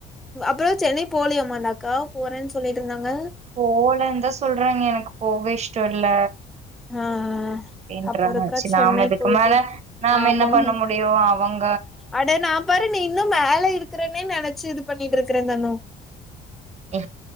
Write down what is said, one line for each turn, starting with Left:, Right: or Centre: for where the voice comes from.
Centre: அப்பறோ சென்னை போலியமாடா அக்கா போறேன்னு சொல்லிட்டு இருந்தாங்க
Right: போகலந்தா சொல்றாங்க எனக்கு போக இஷ்டோ இல்ல
Centre: ஆ
Right: அப்டின்றாங்க
Centre: அப்போ ஒருக்கா
Right: ஆச்சு
Centre: சென்னை
Right: நாம இதுக்கு
Centre: போயிட்டு
Right: மேல நாம
Centre: ஆமாமா
Right: என்ன பண்ண முடியு அவங்
Centre: அட நா பாரு நீ இன்னு மேல இருக்கிறன்னே நினைச்சு இது பண்ணிட்டு இருக்கிறே தனோ
Right: அ